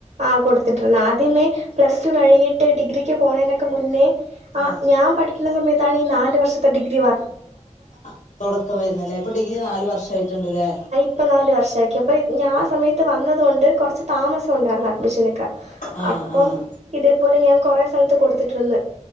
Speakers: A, on the right; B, on the left.
A: ആഹ കൊടുത്തിട്ടുവന്ന് ആദ്യമേ പ്ലസ് ടു കഴിഞ്ഞിട്ട് ഡിഗ്രിക്ക് പോണേനൊക്കെ മുന്നേ ആ്
B: ആഹ്
A: ഞാൻ പഠിക്കുന്ന സമയത്താണ് ഈ നാല് വർഷത്തെ ഡിഗ്രി പറഞ്ഞത്
B: ആ തുടക്കം വരുന്നല്ലേ അപ്പോ ഡിഗ്രി നാലുവർഷായിട്ട് ഇണ്ടല്ലേ
A: ഇപ്പ നൽവർഷാക്കി അപ്പൊ ഞാൻ ആ സമയത്ത് വന്നതുകൊണ്ട് കുറച്ച് താമസ ഉണ്ടായിരുന്നു അഡ്മിഷനൊക്കെ
B: ആഹ്
A: അപ്പം
B: ആഹ്
A: ഇതേപോലെ ഞാൻ കൊറെ സ്ഥലത്ത് കൊടുതിട്ടുണ്ട്